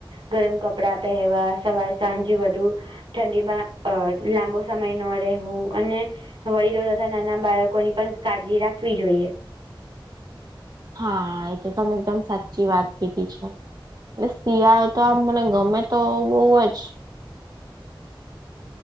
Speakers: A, on the right; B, on the right.
A: ગરમ કપડા પહેવા, સવારે સાંજ વધું. ઠંડીમાં લાંબો સમય ન રહેવું અને વડીલો તથા નાના બાળકોની પણ કાળજી રાખવી જોઈએ.
B: હા એ તો એકદમ સાચી વાત છે. એટલે શિયાળો તો આમ મને ગમે તો બહુ જ